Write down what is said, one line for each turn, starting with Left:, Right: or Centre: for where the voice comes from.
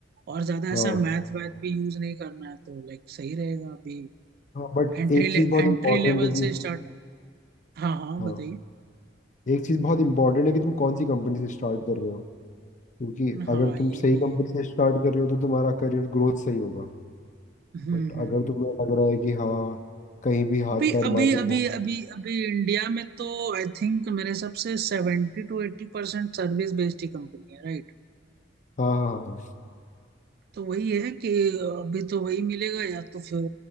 Right: और ज्यादा
Left: हाँ
Right: ऐसा मैथ वैथ भी यूज नहीं करना है तो लाइक सही रहेगा अभी
Left: हाँ बट
Right: एंट्री
Left: एक
Right: ले,
Left: चीज बहुत
Right: एंट्री
Left: इम्पोर्टेंट
Right: लेवल
Left: है कि
Right: से स्टार्ट हाँ हाँ
Left: हाँ
Right: बताइए
Left: एक चीज बहुत इम्पोर्टेंट है कि तुम कौन सी कंपनी से स्टार्ट कर रहे हो क्योंकि
Right: हाँ
Left: अगर तुम
Right: ये
Left: सही
Right: भी
Left: कंपनी
Right: है
Left: से स्टार्ट कर रहे हो तो तुम्हारा करियर ग्रोथ सही होगा
Right: हम्म
Left: बट
Right: हम्म
Left: अगर
Right: हम्म।
Left: तुम्हें लग रहा है कि हाँ कहीं भी हाथ
Right: अभी
Left: पैर
Right: अभी
Left: मार के
Right: अभी
Left: पहुंच
Right: अभी अभी इंडिया में तो आई थिंक मेरे हिसाब से सेवेंटी टू एट्टी परसेंट सर्विस बेस्ड ही कंपनी है right?
Left: हाँ हाँ हाँ हाँ।
Right: तो वही है कि अभी तो वही मिलेगा या तो फिर